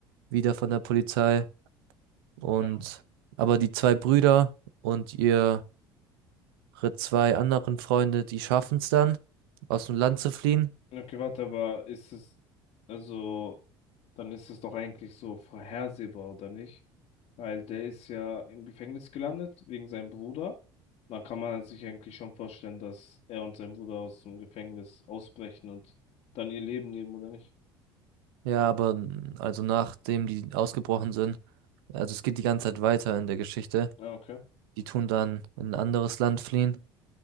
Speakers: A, on the right; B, on the left.
A: wieder von der Polizei. Und
B: Ja,
A: aber die zwei Brüder und ihre zwei anderen Freunde, die schaffen es dann, aus dem Land zu fliehen.
B: okay, warte, aber ist es, also, dann ist es doch eigentlich so vorhersehbar, oder nicht? Weil der ist ja im Gefängnis gelandet wegen seinem Bruder. Dann kann man sich eigentlich schon vorstellen, dass er und sein Bruder aus dem Gefängnis ausbrechen und dann ihr Leben leben, oder nicht?
A: Ja, aber mm, also nachdem die ausgebrochen sind, also es geht die ganze Zeit weiter in der Geschichte.
B: Ja, okay.
A: Die tun dann in ein anderes Land fliehen.